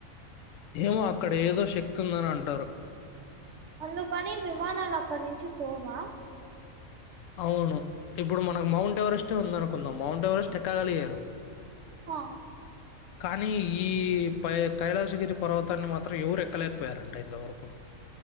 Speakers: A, on the left (about 70°); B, on the right (about 60°).
A: ఏమో అక్కడ ఏదో శక్తి ఉందని అంటారు
B: అందుకని విమానాలు అక్కనించి పోవా
A: అవును ఇప్పుడు మనక్ మౌంట్ ఎవరెస్టే ఉందనుకుందాం మౌంట్ ఎవరెస్ట్ ఎక్కగలిగారు.
B: హ
A: కానీ ఈ పై కైలాసగిరి పర్వతాన్ని మాత్రం ఎవ్రు ఎక్కలేకపోయారంట ఇంతవర్కు